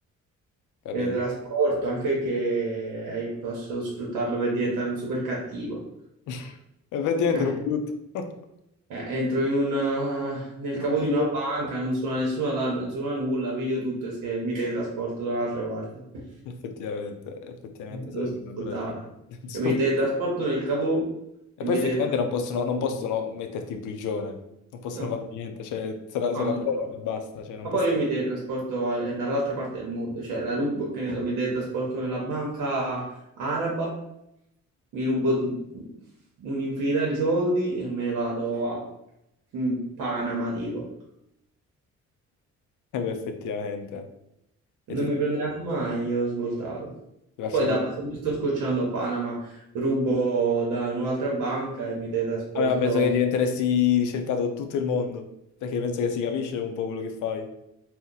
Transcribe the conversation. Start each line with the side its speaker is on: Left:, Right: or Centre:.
Left: Capì?
Right: e trasporto, anche che eh, posso sfruttarlo per diventare un super cattivo.
Left: <laughs> Effettivamente
Right: Eh,
Left: ero brutto. <laughs>
Right: eh, entro in un, eh, nel
Left: Era
Right: cavo
Left: un po'.
Right: di una banca, non suona nessun allarme, non suona nulla, piglio tutto e se- mi teletrasporto da un'altra parte. Eh,
Left: Effettivamente, effettivamente sarebbe
Right: Lo ascoltava.
Left: una bella giornata. <laughs> Insomma.
Right: Cioè, mi teletrasporto nel cavo
Left: E
Right: e
Left: poi
Right: mi
Left: effettivamente
Right: teletrasporto.
Left: non possono, non possono metterti in prigione, non possono
Right: No.
Left: fare niente, cioè se la-
Right: Quando
Left: se lo accolgono
Right: provo.
Left: e basta, cioè non
Right: Ma
Left: possono...
Right: poi io
Left: <laughs>
Right: mi teletrasporto eh, dall'altra parte del mondo, cioè la rubo, che ne so, mi teletrasporto nella banca araba, mi rubo t- un'infinità di soldi e me ne vado a mm, Panama, tipo.
Left: Eh beh, effettivamente. E
Right: Non
Left: ti faccio,
Right: mi prenderanno mai e ho svoltato.
Left: ti faccio
Right: Poi da
Left: un...
Right: se mi sto scocciando a Panama, rubo da un'altra banca e mi teletrasporto
Left: Vabbè, ma penso che diventeresti ricercato in tutto il mondo, perché penso che si capisce un po' quello che fai.